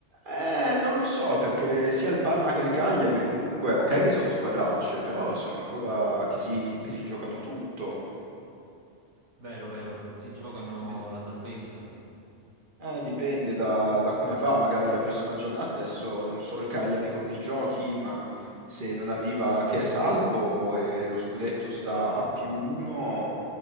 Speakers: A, on the right (about 45°); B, on the right (about 75°).
A: Eh, non lo so, perché sia il Parma che il Cagliari comunque, ok che sono squadracce, però sono ancora che si, che si giocano tutto.
B: Vero, vero, si giocano
A: Es-
B: la salvezza.
A: Eh, dipende da, da come va, magari la prossima giornata, adesso non so il Cagliari con chi giochi, ma se non arriva che è salvo e lo scudetto sta a più uno,